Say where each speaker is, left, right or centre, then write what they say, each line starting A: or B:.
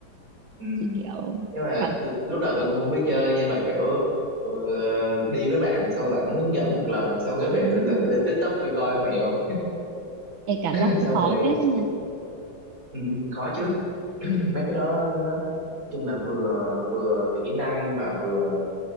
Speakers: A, on the right; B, on the right.
A: ừ.
B: chỉ kiểu
A: nhưng mà
B: cảm
A: tôi, lúc đầu tôi cũng không biết chơi nhưng mà kiểu ờ, đi với bạn xong rồi bạn nó hướng dẫn một lần xong cái về
B: ừm.
A: tôi tự lên TikTok tôi coi mẹo
B: Ê, cảm
A: <laughs>
B: giác cũng
A: xong
B: khó
A: rồi
B: phết đấy nha
A: ừ, ừ, khó chứ mấy cái đó nó nói chung là vừa vừa kỹ năng mà vừa